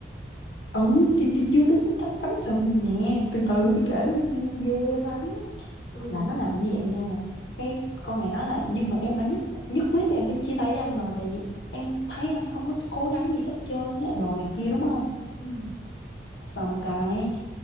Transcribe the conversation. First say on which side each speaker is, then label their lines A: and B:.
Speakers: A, on the left; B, on the left.
A: ừ thì, thì chưa tới khúc cắm cắm sừng nè từ từ
B: ừ
A: tôi kể cho nghe ghê
B: ừ
A: lắm
B: Ừ,
A: là nó làm như vậy nha cái con này nói là nhưng mà em đã nhất nhất quyết là em phải chia tay với anh rồi tại vì em thấy anh không có cố gắng gì hết trơn á đồ này kia đúng không
B: ừ.
A: xong cái